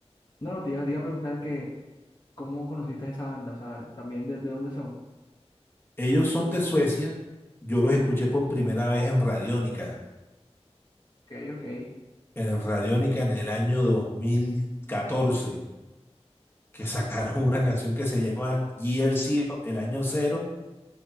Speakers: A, on the left; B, on the left.
A: No, no, te iba, te iba a preguntar que. ¿Cómo conociste a esa banda? O sea, ¿también de, de dónde son?
B: ellos son de Suecia, yo los escuché por primera vez
A: Oh,
B: en Radiónica,
A: ok, ok.
B: en Radiónica en el año dos mil catorce que sacaron <laughs> una canción que se llama Year Zero, el año cero.